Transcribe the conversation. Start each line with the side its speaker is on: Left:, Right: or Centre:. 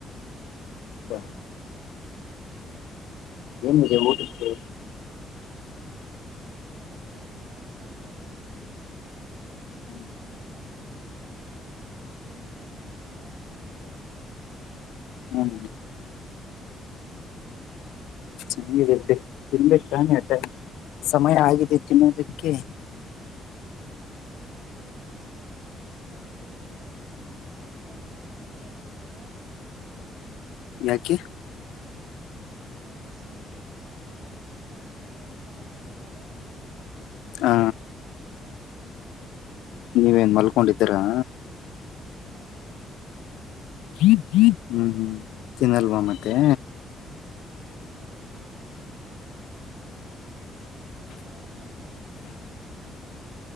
Left: ಹ <inaudible>
Right: ಹ್ಮ್
Left: ಏನಿದೆ ಊಟಕ್ಕೆ
Right: ಇತ್ತು ಉಟ್ಟ ಕೆ ಅನ್ನ ಸಾಂಬಾರು ಮತ್ತೆ
Left: ಹ್ಮ
Right: ನಿಂಬ ಕೈಯಿ ಚಟ್ನಿ ನೀ ಮತ್ತೆ ಮಜ್ಜಿಗೆ ಮುದ್ದೆ
Left: ಹ್ಮ್
Right: ಹ್ಮ್
Left: ಚೆನ್ನಾಗಿದೆ ತಿನ್ಬೇಕಾನೆ ಅಟ ಸಮಯ ಆಗಿದೆ ತಿನ್ನೋದಕ್ಕೆ
Right: ತಿನ್ಬೇಕು ನಮ ತಂಗಿ ಸ್ವಲ್ಪ ಹೊರಗಡೆ ಹೋಗಿದ್ದಳ
Left: ಯಾಕೆ
Right: ಹಾಗೆ ಸುಮ್ನೆ ಅವ್ರ ಮನೆಯವರು ಕರೆ ಮಾಡಿದಿದ್ದಾರೆ ಮಾತಾಡಕ್ಕೆ
Left: ಹ
Right: ಹೋಗಿದ
Left: ನೀವೇನ್ ಮಲ್ಕೊಂಡಿದ್ದೀರಾ
Right: ಹೌದು
Left: ಜ ಜೀ ಹ್ಮ್ ಹ್ಮ್ ತಿನ್ನಲ್ವಾ ಮತ್ತೆ
Right: ತಿನ್ಬಗ್ು ಅವಳು ಬಂದ್ಮೇಲೆ ಚೆನ್ನ